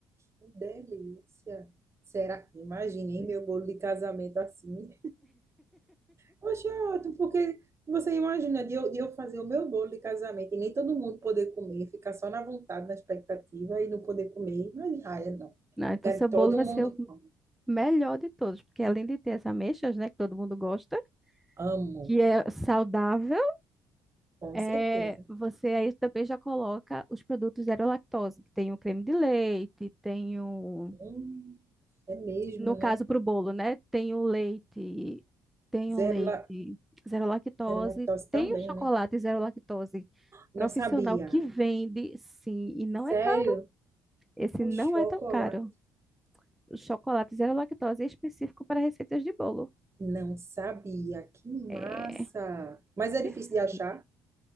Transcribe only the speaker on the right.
que delícia. Será? Imaginei
meu bolo de casamento assim. Poxa, é ótimo, porque você imagina de eu, de eu fazer o meu bolo de casamento e nem todo mundo poder comer, ficar só na vontade, na expectativa e não poder comer. Mas, ai, não.
Eu
quero
que todo
mundo
coma.
Amo,
com
certeza.
Hum, é mesmo,
né?
Zero,
la,
zero lactose também,
né?
Não
sabia.
Sério?
O
chocolate?
Não sabia. Que massa!
Mas é
difícil de achar?